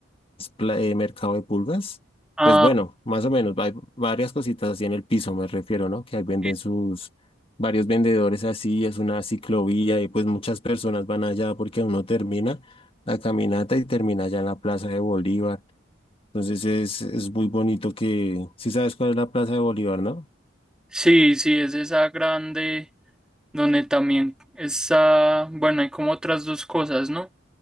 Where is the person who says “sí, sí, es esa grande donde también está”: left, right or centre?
Centre